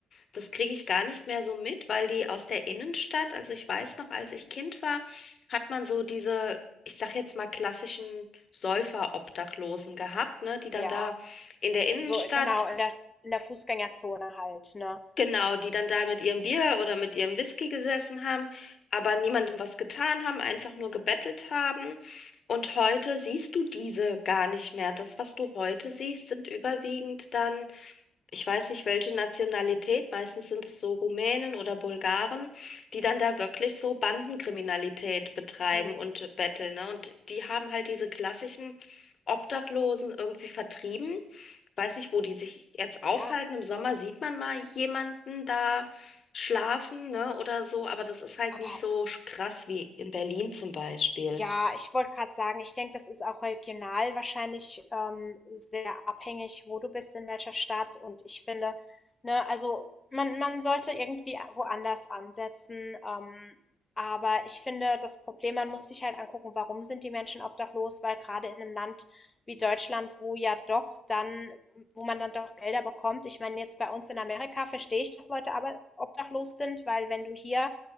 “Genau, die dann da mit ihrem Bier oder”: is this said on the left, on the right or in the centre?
Left